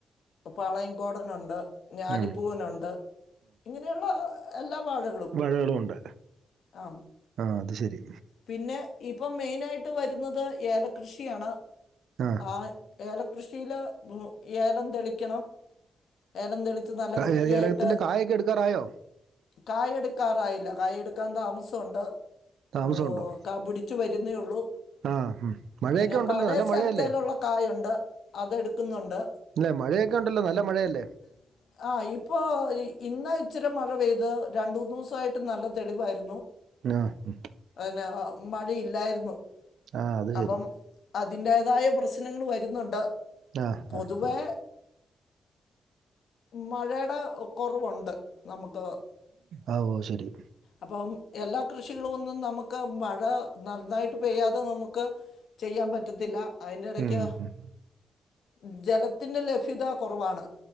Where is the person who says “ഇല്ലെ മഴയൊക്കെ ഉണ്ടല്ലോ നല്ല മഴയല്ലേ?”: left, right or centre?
Right